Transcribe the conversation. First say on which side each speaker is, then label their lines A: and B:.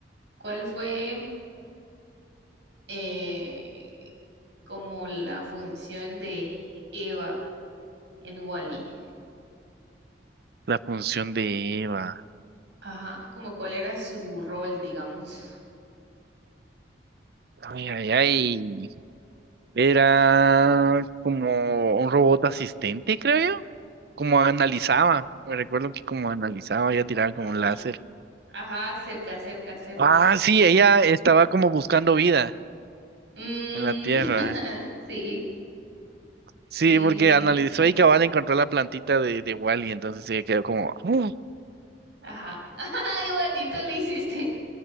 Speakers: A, on the right (about 75°); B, on the right (about 55°).
A: ¿cuál fue eh, como la función de Eva en Wally?
B: La función de Eva.
A: Ajá, como cuál era su rol, digamos.
B: Ay, ay, ay. Era como un robot asistente, creo yo. Como analizaba. Me recuerdo que como analizaba, ella tiraba como
A: Ajá,
B: un láser.
A: ajá, cerca, cerca, cerca.
B: Ah, sí, ella estaba como buscando vida
A: Mm,
B: en la Tierra.
A: <laughs> sí,
B: Sí,
A: sí.
B: porque analizó y cabal encontró la plantita de, de Wally, entonces ella quedó como... "Uh".
A: Ajá. <laughs> Ajá, Igualito le hiciste.